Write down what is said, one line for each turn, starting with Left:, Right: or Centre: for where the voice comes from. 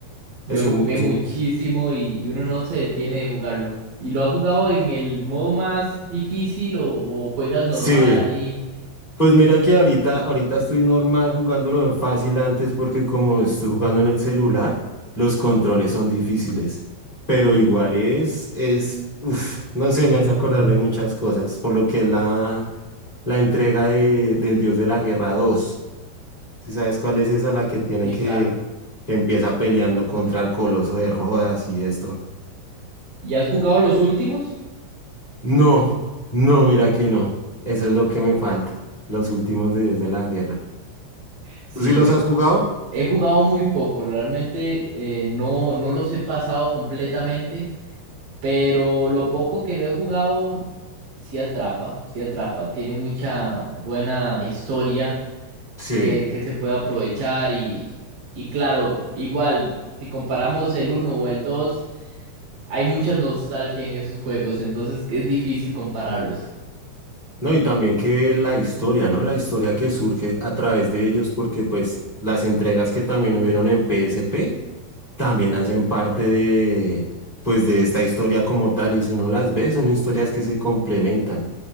Right: Yo
Left: Es un,
Right: lo jugué
Left: es
Right: muchísimo
Left: un
Right: y, y uno no se detiene de jugarlo. ¿Y lo has jugado en el modo más difícil o, o juegas normal
Left: Sí,
Right: ahí?
Left: pues mira que ahorita, ahorita estoy normal jugándolo en fácil antes porque como estoy jugando en el celular, los controles son difíciles. Pero
Right: Sí,
Left: igual es, es, uf, no sé, me hace acordar de muchas cosas, por lo que es la, la entrega de, del Dios de la Guerra dos Si sabes cuál es esa? La que tiene
Right: sí,
Left: que,
Right: claro.
Left: que empieza peleando contra el Coloso de Rodas y esto.
Right: ¿Y has jugado los últimos?
Left: No, no, mira que no. Eso es lo que me falta, los últimos de Dios de la Guerra.
Right: Sí,
Left: ¿Tú sí los
Right: yo
Left: has jugado?
Right: he jugado muy poco, realmente eh, no, no los he pasado completamente, pero lo poco que lo he jugado sí atrapa, sí atrapa. Tiene mucha buena historia
Left: Sí.
Right: que, que se puede aprovechar y, y claro, igual, si comparamos el uno o el 2, hay mucha nostalgia en esos juegos, entonces es difícil compararlos.
Left: No, y también que la historia, ¿no? La historia que surge a través de ellos, porque pues las entregas que también hubieron en P S P también hacen parte de, pues de esta historia como tal, y si uno las ve, son historias que se complementan.